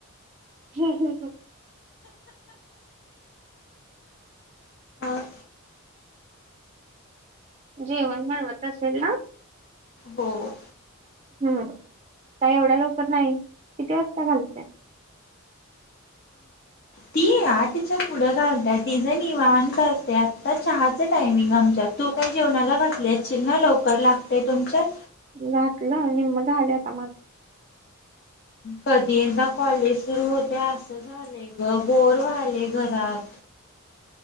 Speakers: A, on the right; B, on the left.
A: हम ह हं.
B: हम.
A: जेवण बनवत असेल ना?
B: हो.
A: हम् का एवढ्या लवकर नाही किती वाजता घालतिया?
B: ती आठच्या पुढं घालतिया तिझं निवांत असतय आत्ता चहाचं टायमिंग आमच्यात. तू काय जेवणाला घतली असशील ना लवकर लागतय तुमच्यात.
A: घातलंय निम्म झालयं आता माझ.
B: कधी एकदा कॉलेज सुरू होतंय आसं झालंय ग बोर व्हालय घरात.